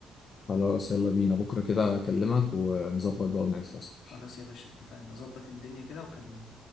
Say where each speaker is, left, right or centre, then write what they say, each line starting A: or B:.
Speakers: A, on the left; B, on the left.
A: خلاص يلا بينا بكرة كده اكلمك ونظبط بقى وننزل يا صاحبي
B: خلاص يا باشا اتفقنا نظبط الدنيا كده وكلمني